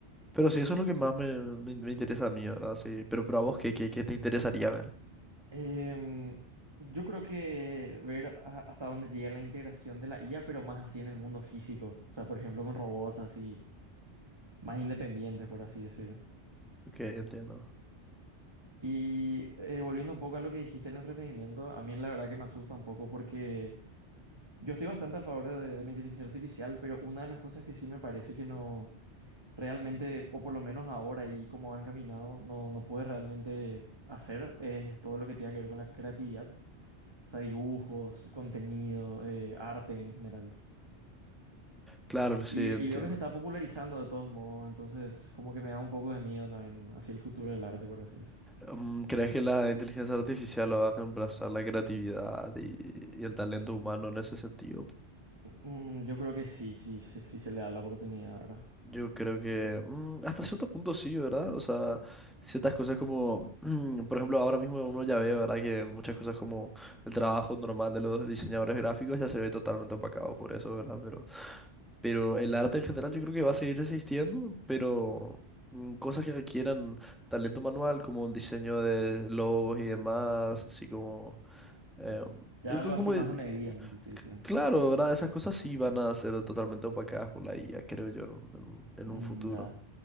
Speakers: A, in the centre; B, on the right.
A: pero sí, eso es lo que más me, me- me interesa a mí, ¿verdad? Sí, pero, pero a vos, ¿qué, qué, qué te interesaría ver?
B: Em, yo creo que ver a- hasta dónde llega la integración de la IA, pero más así en el mundo físico. O sea, por ejemplo, con robots así, más independientes, por así decirlo.
A: Ok, entiendo.
B: Y eh, volviendo un poco a lo que dijiste del entretenimiento, a mí la verdad que me asusta un poco porque yo estoy bastante a favor de, de la inteligencia artificial, pero una de las cosas que sí me parece que no realmente, o por lo menos ahora y como han caminado, no, no puede realmente hacer es todo lo que tenga que ver con la creatividad. O sea, dibujos, contenido, eh, arte en general.
A: Claro, sí,
B: Y,
A: entiendo.
B: y veo que se está popularizando de todos modos, entonces como que me da un poco de miedo también hacia el futuro del arte, por así decirlo.
A: Mm, ¿crees que la inteligencia artificial va a reemplazar la creatividad y, y el talento humano en ese sentido?
B: Mm, yo creo que sí, sí, sí, sí se le da la oportunidad, ¿verdad?
A: Yo creo que mm, hasta cierto punto sí, ¿verdad? O sea, ciertas cosas como, <clears throat> por ejemplo, ahora mismo uno ya ve, ¿verdad? Que muchas cosas como el trabajo normal de los diseñadores gráficos ya se ve totalmente opacado por eso, ¿verdad? Pero pero el arte en general yo creo que va a seguir existiendo, pero mm, cosas que requieran talento manual, como el diseño de logos y demás, así como... eh,
B: Ya
A: el
B: algo
A: co-
B: así
A: como
B: más
A: eh, c-
B: a medida, por así decirlo.
A: claro, ¿verdad? Esas cosas sí van a ser totalmente opacadas por la IA, creo yo, en un, en un- en
B: Mm,
A: un futuro.
B: ya,